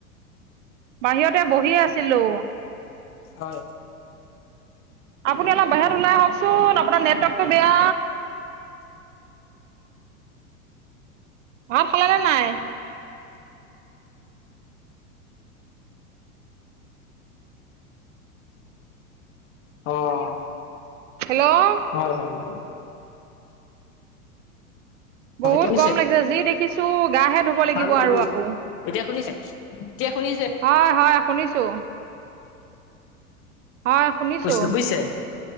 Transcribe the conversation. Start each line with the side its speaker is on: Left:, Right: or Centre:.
Right: বাহিৰতে বহি আছিলো।
Left: হয়
Right: আপুনি অলপ বাহিৰত ওলাই আহওচোন, আপোনাৰ নেটৱৰ্কটো বেয়া। ভাত খালে নে নাই?
Left: অহঁ
Right: হেল্ল'
Left: হয় হয় হয়। হয়
Right: বহুত
Left: এতিয়া শুনিছে?
Right: গৰম লাগিছে যি দেখিছো গা হে ধুব লাগিব
Left: খালো খালো।
Right: আৰু আকৌ।
Left: এতিয়া শুনিছে? এতিয়া শুনিছে?
Right: হয় হয় শুনিছো। হয়। শুনিছো
Left: কৈছিলো বুজিছে,